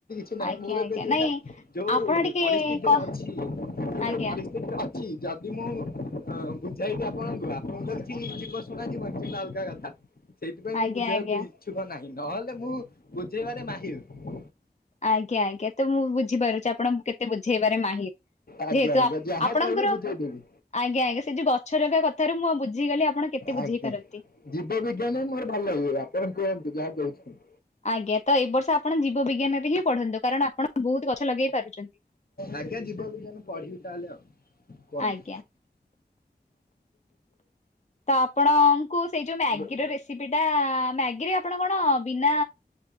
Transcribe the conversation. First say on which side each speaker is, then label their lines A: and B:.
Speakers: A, on the left (about 60°); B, on the left (about 40°).
A: ନଁ
B: ଆଜ୍ଞା
A: ମୁଁ ଏବେ
B: ଆଜ୍ଞା
A: ଯୋଉଟା
B: ନାଇଁ
A: ଯୋଉ
B: ଆପଣ ଟିକେ
A: ପରିସ୍ଥିତିରେ
B: କହ
A: ଅଛି ସେ
B: ଆଜ୍ଞା
A: ଯୋଉ ପରିସ୍ଥିତିରେ ଅଛି ଯାଦି ମୁ ହଁ ବୁଝାଇବି ଆପଣଙ୍କୁ ଆପଣଙ୍କୁ ତ କିଛି ଯିବ ଶୁଣାଜିବନି ସେଟା ଅଲଗା କଥା। ସେଇଥିପାଇଁ
B: ଆଜ୍ଞା
A: ମୁଁ ବୁଝେଇବାକୁ
B: ଆଜ୍ଞା
A: ଇଚ୍ଛୁକ ନାହିଁ ନହେଲେ ମୁଁ ବୁଝେଇବାରେ ମାହିର।
B: ଆଜ୍ଞା ଆଜ୍ଞା ତ ମୁଁ ବୁଝିପାରୁଛି ଆପଣଙ୍କୁ କେତେ ବୁଝେଇବାରେ ମାହିର
A: ଆଜ୍ଞା
B: ଯେହେତୁ
A: ଆଜ୍ଞା
B: ଆପ
A: ଯାହା
B: ଆପଣଙ୍କର
A: କହିବେ ବୁଝେଇଦେବି
B: ଆଜ୍ଞା ଆଜ୍ଞା ସେ ଯଉ ଗଛ ଲଗା କଥାରୁ ମୁଁ ଆ ବୁଝିଗଲି ଆପଣ କେତେ ବୁଝେଇ
A: ଆଜ୍ଞା
B: ପାରନ୍ତି।
A: ଜୀବ ବିଜ୍ଞାନ ହିଁ ମୋର ଭଲ ଲାଗିବ ଆପଣ କୁହନ୍ତୁ ଯାହା କହୁଛନ୍ତି।
B: ଆଜ୍ଞା ତ ଏର୍ଷ ଆପଣ ଜୀବ ବିଜ୍ଞାନରେ ହିଁ ପଢନ୍ତୁ କାରଣ ଆପଣ ବହୁତ ଗଛ ଲଗେଇ ପାରୁଛନ୍ତି।
A: ଆଜ୍ଞା ଜିବବିଜ୍ଞାନ ପଢିବି ତାହେଲେ ଆଉ କୁହନ୍ତୁ।
B: ଆଜ୍ଞା। ତ ଆପଣଙ୍କୁ ସେଇ ମ୍ୟାଗିର
A: <unintelligible>
B: ଯୋଉ ରେସିପି ଟା ମ୍ୟାଗିରେ ଆପଣ କଣ ବିନା